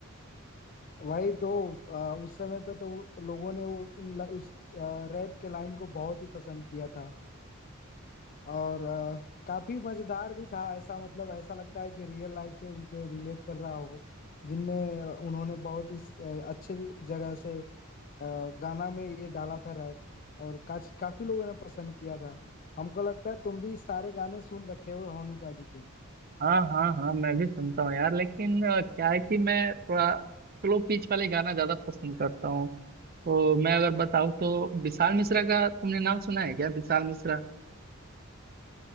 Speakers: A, on the left; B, on the right.
A: वही तो आ, उस समय पे तो लोगों ने वो उन, उस रैप के लाइन को बहुत ही पसंद किया था और अ, काफी मजेदार भी था ऐसा मतलब ऐसा लगता है कि रियल लाइफ से उनके रिलेट कर रहा हो जिनमें उन्होंने बहुत ही अ, अच्छे जगह से अ, गाना में ये डाला था रैप और काच काफी लोगों ने पसंद किया था हमको लगता है तुम भी सारे गाने सुन रखे हो होनी बाजी के
B: हाँ हाँ हाँ मैं भी सुनता हूँ यार लेकिन अ, क्या है कि मैं थोड़ा स्लो पिच वाले गाना ज्यादा पसंद करता हूँ तो मैं अगर बताऊँ तो विशाल मिश्रा का तुमने नाम सुना है क्या विशाल मिश्रा